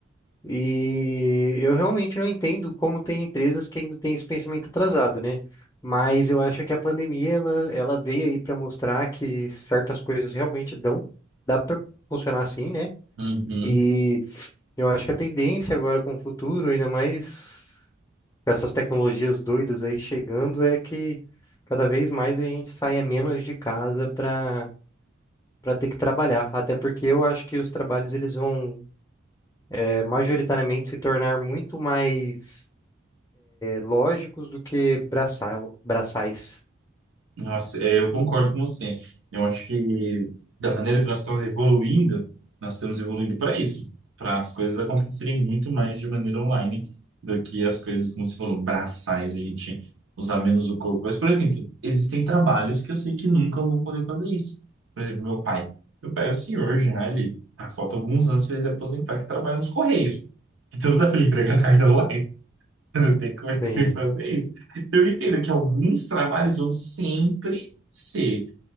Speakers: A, on the left (about 15°); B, on the right (about 80°).
A: E eu realmente não entendo como tem empresas que ainda têm esse pensamento atrasado, né? Mas eu acho que a pandemia ela, ela veio aí para mostrar que certas coisas realmente dão, dá para funcionar assim, né?
B: Uhum.
A: E eu acho que a tendência agora com o futuro, ainda mais com essas tecnologias doidas aí chegando, é que cada vez mais a gente saia menos de casa para para ter que trabalhar. Até porque eu acho que os trabalhos eles vão é, majoritariamente se tornar muito mais lógicos do que braçal, braçais.
B: Nossa, é, eu concordo com você. Eu acho que da maneira que nós estamos evoluindo, nós estamos evoluindo para isso, para as coisas acontecerem muito mais de maneira online do que as coisas, como você falou, braçais, a gente usar menos o corpo. Mas, por exemplo, existem trabalhos que eu sei que nunca vão poder fazer isso. Por exemplo, meu pai. Meu pai é o senhor já, ele ah, falta alguns anos para ele se aposentar, que trabalha nos Correios. Então não dá para ele entregar carta online. <laughs> Eu tenho que
A: Sim.
B: fazer isso. Eu entendo que alguns trabalhos vão sempre ser